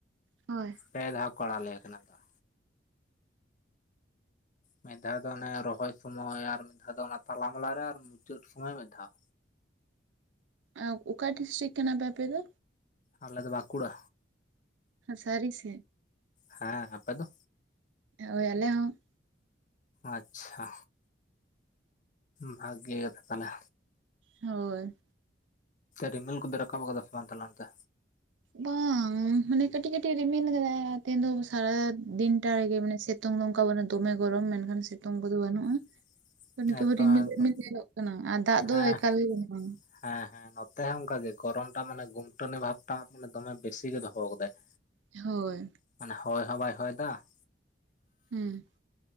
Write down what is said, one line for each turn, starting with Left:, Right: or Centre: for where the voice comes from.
Right: ᱦᱳᱭ
Left: ᱯᱮ ᱫᱷᱟᱣ ᱠᱚ ᱟᱲᱟ ᱟᱞᱮᱭᱟ ᱠᱮᱱᱟᱞ ᱫᱟᱜ ᱢᱤᱫ ᱫᱷᱟᱣ ᱫᱚ ᱚᱱᱮ ᱨᱚᱦᱚᱭ ᱥᱳᱢᱳᱭ ᱟᱨ ᱢᱤᱫ ᱫᱷᱟᱣ ᱫᱚ ᱚᱱᱟ ᱛᱟᱞᱟ ᱢᱟᱞᱟᱮ ᱟᱨ ᱢᱩᱪᱟᱹᱫ ᱥᱳᱢᱚᱭ ᱢᱤᱫ ᱫᱷᱟᱣ
Right: ᱟᱨ ᱚᱠᱟ ᱰᱤᱥᱴᱤᱠ ᱠᱟᱱᱟᱯᱮ ᱟᱯᱮ ᱫᱚ?
Left: ᱟᱞᱮᱫᱚ ᱵᱟᱸᱠᱩᱲᱟ
Right: ᱥᱟᱨᱤ ᱥᱮ
Left: ᱦᱮᱸ ᱟᱯᱮ ᱫᱚ?
Right: ᱦᱳᱭ ᱟᱞᱮ ᱦᱚᱸ
Left: ᱟᱪᱪᱷᱟ ᱵᱷᱟᱜᱮ ᱜᱮᱛ ᱛᱟᱦᱚᱞᱮ
Right: ᱦᱳᱭ
Left: ᱨᱤᱢᱮᱞ ᱠᱚᱫᱚ ᱨᱟᱠᱟᱵ ᱠᱟᱫᱟ ᱥᱮ ᱵᱟᱝ ᱛᱟᱦᱚᱞᱮ ᱚᱱᱛᱮ?
Right: ᱵᱟᱝ ᱢᱟᱱᱮ ᱠᱟᱹᱴᱤᱡ ᱠᱟᱹᱴᱤᱡ ᱨᱤᱢᱤᱱ ᱠᱟᱫᱟᱭ ᱛᱮᱦᱮᱱ ᱫᱚ ᱥᱟᱨᱟ ᱫᱤᱱᱴᱟ ᱨᱮᱜᱮ ᱢᱟᱱᱮ ᱥᱮᱼ ᱥᱤᱛᱳᱝ ᱫᱚ ᱚᱱᱠᱟ ᱵᱟᱹᱱᱩᱜ ᱫᱚᱢᱮ ᱜᱚᱨᱚᱢ ᱢᱮᱱᱠᱷᱟᱱ ᱥᱤᱛᱩᱝ ᱠᱚᱫᱚ ᱵᱟᱹᱱᱩᱜᱼᱟ
Left: <inaudible>
Right: ᱛᱚ ᱱᱤᱛᱚᱜ
Left: ᱮᱠᱫᱚᱢ
Right: ᱦᱚᱸ ᱨᱤᱢᱤᱞ
Left: ᱮᱠᱫᱚᱢ
Right: ᱨᱤᱢᱤᱞ ᱧᱮᱞᱚᱜ ᱠᱟᱱᱟ ᱟᱨ ᱫᱟᱜ
Left: ᱦᱮᱸ
Right: ᱫᱚ ᱮᱠᱟᱞ ᱜᱮ ᱵᱟᱹᱱᱩᱜ-ᱟ
Left: ᱦᱮᱸ ᱦᱮᱸ ᱾ ᱱᱚᱛᱮ ᱦᱚᱸ ᱚᱱᱠᱟ ᱜᱮ ᱜᱚᱨᱚᱢ ᱴᱟᱜ ᱢᱟᱱᱮ ᱜᱩᱢᱴᱟᱱᱤ ᱵᱷᱟᱵᱽ ᱴᱟᱜ ᱢᱟᱱᱮ ᱫᱚᱢᱮ ᱵᱮᱥᱤ ᱜᱮ ᱫᱚᱦᱚ ᱠᱟᱫᱟᱭ ᱾
Right: ᱦᱚᱭ ᱾
Left: ᱢᱟᱱᱮ ᱦᱚᱭ ᱦᱚᱸ ᱵᱟᱭ ᱦᱚᱭᱫᱟ ᱾
Right: ᱦᱩᱸ ᱾